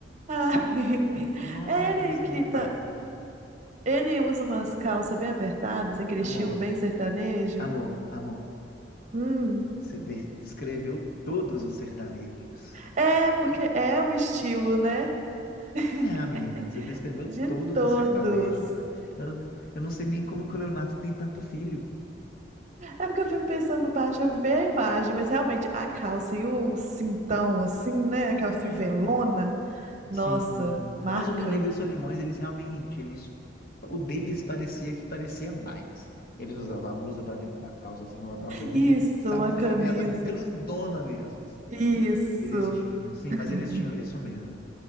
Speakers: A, on the right; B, on the left.
A: <laughs> Ai,
B: Nó,
A: é
B: eles
A: ele
B: são
A: que
B: muito
A: tá.
B: bacanas.
A: Ele usa umas calças bem apertadas, aquele
B: Amor,
A: estilo bem sertanejo.
B: amor, amor.
A: Hum.
B: Você descreveu todos os sertanejos.
A: É, porque é o estilo, né? <laughs>
B: É, amiga, você descreveu
A: De
B: todos
A: todos.
B: os sertanejos. ué. Eu, não- eu não sei nem como que o Leonardo tem tanto filho.
A: É porque eu fico pensando baixo, eu vi a imagem, mas realmente a calça e o cintão, assim, né? Aquela fivelona,
B: É, ué.
A: nossa,
B: Sim.
A: marcante.
B: Mas o Rio Negro e os Solimões, eles realmente, eles, o deles parecia que parecia mais. Eles usavam a blusa para dentro da calça, assim, uma calça jeans,
A: Isso,
B: e eles usavam
A: uma
B: uma
A: camisa.
B: fivela grandona mesmo.
A: Isso.
B: Eles tinham, sim,
A: <laughs>
B: mas eles tinham isso mesmo.